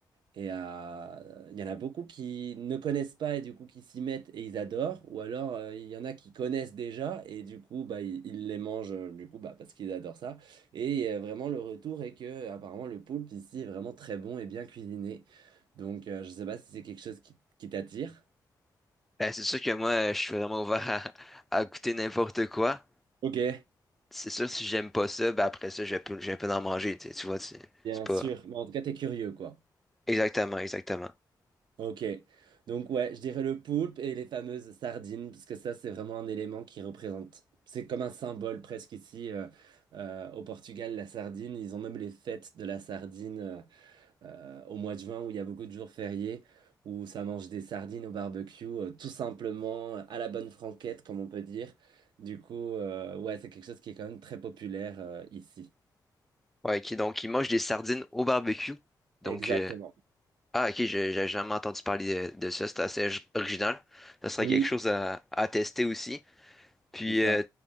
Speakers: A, on the right; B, in the centre.
A: Et euh, il y en a beaucoup qui ne connaissent pas et du coup qui s'y mettent et ils adorent. Ou alors euh, il y en a qui connaissent déjà et du coup bah, ils, ils les mangent euh, du coup bah, parce qu'ils adorent ça. Et euh, vraiment le retour est que euh, apparemment le poulpe ici est vraiment très bon et bien cuisiné. Donc euh, je sais pas si c'est quelque chose qui, qui t'attire.
B: ben, c'est sûr que moi euh, je suis vraiment ouvert à, à goûter n'importe quoi.
A: Ok.
B: C'est sûr si j'aime pas ça, ben après ça je peux je peux en manger, tu sais, tu vois, c'est
A: Bien
B: c'est pas
A: sûr. Mais en tout cas, t'es curieux quoi.
B: exactement exactement.
A: Ok. Donc ouais, je dirais le poulpe et les fameuses sardines, parce que ça, c'est vraiment un élément qui représente, c'est comme un symbole presque ici euh, euh, au Portugal, la sardine. Ils ont même les fêtes de la sardine euh, euh, au mois de juin, où il y a beaucoup de jours fériés, où ça mange des sardines au barbecue, euh, tout simplement euh, à la bonne franquette, comme on peut dire. Du coup, euh, ouais, c'est quelque chose qui est quand même très populaire euh, ici.
B: Ouais, ok, donc il mange des sardines au barbecue. Donc
A: Exactement.
B: euh, ah ok, je- j'ai jamais entendu parler de, de ça, c'est assez original. Ça serait
A: Oui,
B: quelque chose à, à tester aussi. Puis,
A: c'est ça.
B: euh,